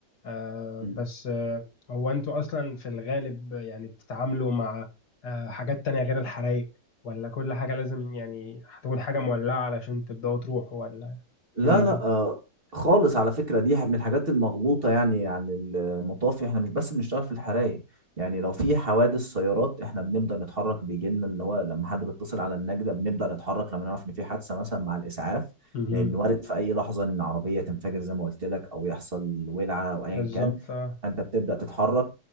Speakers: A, on the left; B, on the right.
A: آه
B: يعني
A: بس آه هو انتوا اصلا في الغالب يعني بتتعاملوا مع آه حاجات تانية غير الحرايق ولا كل حاجة لازم يعني هتكون حاجة مولعة علشان تبدأوا تروحوا ولا
B: لا
A: إيه النظام
B: لا آه، خالص على فكرة دي من الحاجات المغلوطة يعني عن المطافي احنا مش بس بنشتغل في الحرايق يعني لو في حوادث سيارات احنا بنبدأ نتحرك بيجي لنا اللي هو لما حد بيتصل على النجدة بنبدأ نتحرك لما نعرف ان في حادثة مثلا مع الإسعاف
A: مهم.
B: لأن وارد في أي لحظة ان عربية تنفجر زي ما قلت لك أو يحصل ولعة أو أيا
A: بالظبط
B: كان
A: اه
B: أنت بتبدأ تتحرك